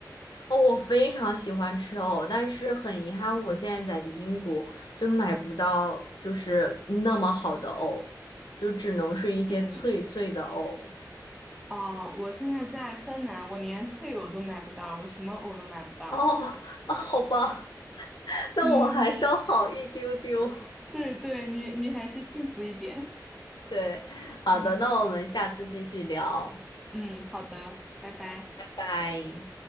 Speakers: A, on the left (about 85°); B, in the centre.
A: 哦，我非常喜欢吃藕，但是很遗憾，我现在在英国就买不到，就是那么好的藕，就只能是一些脆脆的藕。
B: 嗯。哦，我现在在芬兰，我连退藕都买不到，我什么藕都买不到。
A: 哦，<laughs> 好吧，<laughs> 那我还稍好一丢丢。
B: 嗯，对对，你你还是幸福一点。
A: <laughs> 对，好的，
B: <laughs> 嗯
A: 那我们下次继续聊，
B: 嗯，好的，拜拜。
A: 拜拜。